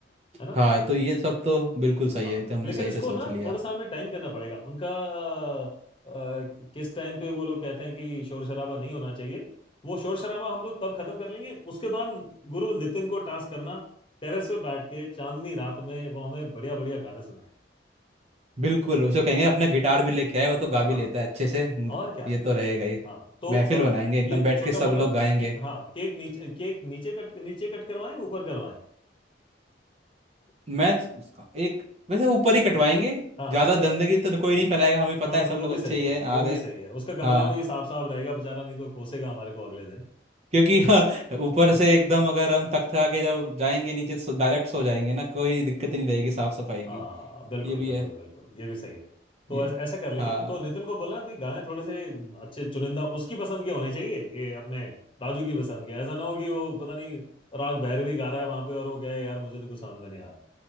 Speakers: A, on the left (about 30°); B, on the right (about 35°).
A: है ना
B: हाँ तो ये सब तो बिल्कुल सही
A: हाँ
B: है एकदम हमने
A: लेकिन
B: सही
A: इसको
B: से सोच
A: ना
B: लिया
A: थोड़ा सा हमें टाइम करना पड़ेगा उनका अ, अ, किस टाइम पे वो लोग कहते हैं कि शोर शराबा नहीं होना चाहिए वो शोर शराबा हम लोग तब खत्म कर लेंगे उसके बाद गुरु नितिन को टास्क करना टेरेस पे बैठ के चांदनी रात में वो हमें बढ़िया बढ़िया गाने सुनाएगा
B: बिल्कुल उसे कहेंगे अपना गिटार भी लेके आए वो तो गा भी
A: हाँ
B: लेता है अच्छे से हम्म,
A: और क्या
B: ये तो रहेगा ही
A: हाँ तो
B: महफिल
A: अ,
B: बनाएंगे एकदम
A: ये
B: बैठ
A: छोटा
B: के सब
A: मोटा
B: लोग गाएंगे
A: के, हाँ केक नीचे केक नीचे कट नीचे कट करवाएं ऊपर करवाएं
B: मैं तो- एक वैसे ऊपर ही कटवाएंगे
A: हाँ
B: ज़्यादा गंदगी तो कोई नहीं फैलाएगा हमें पता
A: हाँ
B: है
A: वो
B: सब
A: वो
B: लोग
A: भी
B: अच्छे
A: सही
B: ही
A: है
B: है
A: वो
B: आ रहे
A: भी सही है उसका कमरा
B: हाँ
A: में भी साफ साफ रहेगा बेचारा नहीं तो कोसेगा हमारे को अगले दिन
B: क्योंकि <laughs> हाँ, ऊपर से एकदम अगर हम थक थका के जब जाएंगे नीचे सो, डायरेक्ट सो जाएंगे ना कोई दिक्कत ही नहीं रहेगी साफ सफाई की
A: आ, बिल्कुल
B: ये भी
A: बिल्कुल
B: है
A: बिल्कुल ये भी सही है तो
B: ये
A: ऐस- ऐसा कर लेंगे
B: हाँ
A: तो नितिन को बोलना भी गाने थोड़े से अच्छे चुनिंदा उसकी पसंद के होने चाहिए ये अपने राजू की पसंद के ऐसा ना हो कि वो पता नहीं राग भैरवी गा रहा है वहां पे और वो कहे यार मुझे तो कुछ समझ में नहीं आ रहा